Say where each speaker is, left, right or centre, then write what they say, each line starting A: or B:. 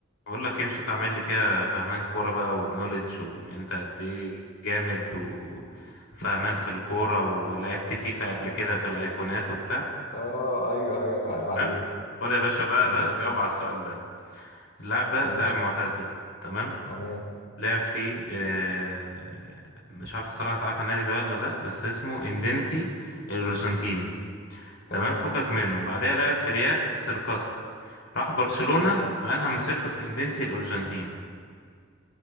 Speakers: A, on the left; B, on the left.
A: بقول لك ايه مش انت عامل لي فيها فهمان كوره بقى والنوليدج وان انت قد ايه جامد و- وفهمان في الكوره ولعبت فيفا قبل كده في الايقونات وبتاع
B: اه ايوه ايوه عيب عليك
A: تمام خد يا باشا بقى
B: تمام
A: ده جاوب على السؤال ده اللاعب ده
B: ماشي
A: لاعب معتزل تمام
B: تمام
A: لعب في آه، مش عارف الصراحه انت عارف النادي ده ولا لا بس اسمه اندنتي الارجنتيني
B: تمام
A: تمام فكك منه بعدها لعب في ريال سيركاستا راح برشلونه
B: مم.
A: وانهى مسيرته في اندنتي الارجنتيني